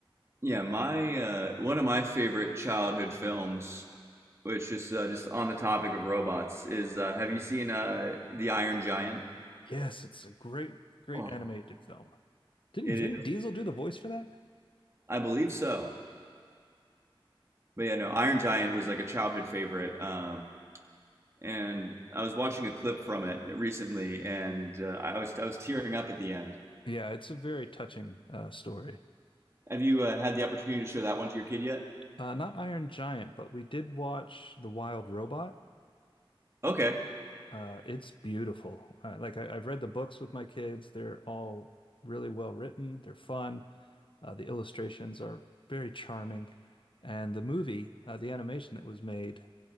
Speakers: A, on the right (about 30°); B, on the left (about 65°).
A: Yeah, my uh, one of my favorite childhood films which just uh, just on the topic of robots is uh, have you seen uh, the Iron Giant?
B: Yes, it's a great great
A: Oh,
B: animated film. Didn't
A: It
B: Vin
A: is,
B: Diesel do the voice for that?
A: I believe so. But yeah, no, Iron Giant was like a childhood favorite. Um, and I was watching a clip from it recently, and uh, I was I was tearing up at the end.
B: Yeah, it's a very touching uh, story.
A: Have you uh, had the opportunity to show that one to your kid yet?
B: Uh, not Iron Giant, but we did watch The Wild Robot.
A: Okay.
B: Uh, it's beautiful. Uh, like I, I've read the books with my kids. They're all really well written. They're fun. Uh, the illustrations are very charming, and the movie, uh, the animation that was made,